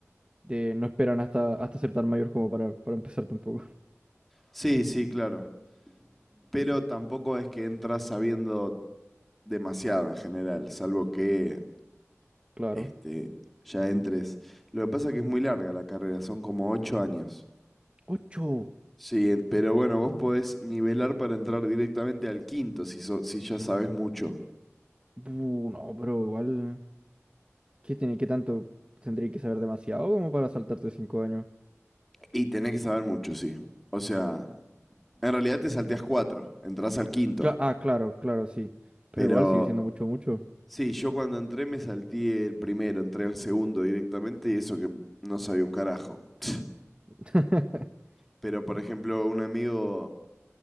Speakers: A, on the right; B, in the centre.
A: de, no esperan hasta, hasta ser tan mayor como para, para empezar tampoco. <laughs>
B: Sí, sí, claro. Pero tampoco es que entras sabiendo demasiado en general, salvo que
A: Claro.
B: este, ya entres. Lo que pasa es que es muy larga la carrera, son como ocho años.
A: ¡Ocho!
B: Sí, en- pero bueno, vos podés nivelar para entrar directamente al quinto si, so- si ya sabes mucho.
A: Bu, no, pero igual... ¿Qué tiene, qué tanto? ¿Tendría que saber demasiado como para saltarte cinco años?
B: Y tenés que saber mucho, sí. O sea, en realidad te salteás cuatro, entrás al quinto.
A: Cla- ah, claro, claro, sí. Pero
B: Pero
A: igual sigue siendo mucho, mucho.
B: sí, yo cuando entré me salté el primero, entré al segundo directamente y eso que no sabía un carajo. <laughs> <tsk>
A: <laughs>
B: Pero por ejemplo, un amigo,